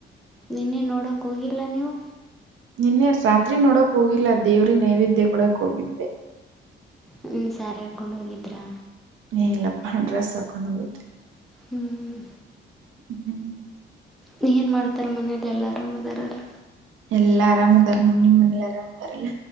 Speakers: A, in the centre; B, on the right.
A: ನಿನ್ನೆ ನೋಡೋಕ್ಕ ಹೋಗಿಲ್ಲ ನೀವು.
B: ನಿನ್ನೆ ರಾತ್ರಿ ನೋಡಕ್ ಹೋಗಿಲ್ಲ ದೇವ್ರಿಗ್ ನೈವೇದ್ಯ ಕೊಡಕ್ ಹೋಗಿದ್ದೆ.
A: ಹ ಸ್ಯಾರಿ ಹಾಕೊಂಡ ಹೋಗಿದ್ರಾ.
B: ಏ ಇಲ್ಲಪ್ಪ ಡ್ರೆಸ್ ಹಾಕೊಂಡು ಹೋಗಿದ್ದೆ.
A: ಹ್ಮ್
B: ಹಂ ಹಂ
A: ನೀ ಏನ್ ಮಾಡ್ತಾರ ಮನೇಲೆ ಎಲ್ಲ ಆರಾಮ್ ಅದಾರ ಅಲ್.
B: ಎಲ್ಲಾ ಆರಾಮದಾರ ನೋಡ್ ನಿಮ್ಮ ಮನೇಲಿ ಆರಾಮ್ ಅದಾರಿಲ್ಲ.